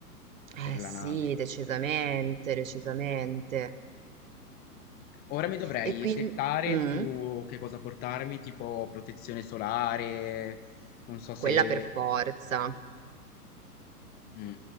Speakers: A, on the right; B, on the left.
A: Eh
B: per la
A: sì,
B: nave.
A: decisamente, decisamente.
B: Ora mi dovrei
A: E quindi...
B: settare
A: mm,
B: su che cosa portarmi, tipo protezione solare, non so se
A: quella per forza.
B: Mh.